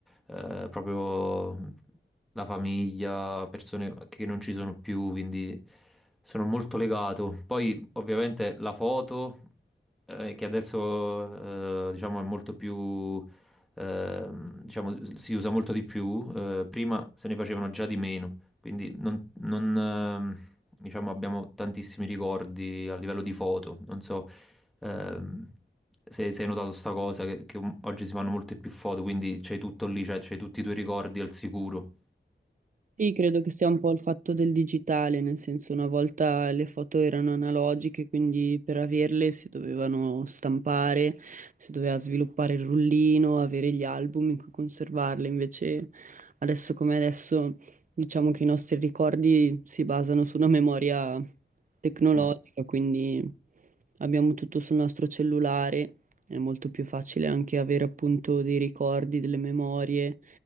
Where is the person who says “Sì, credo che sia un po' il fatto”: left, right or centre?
Right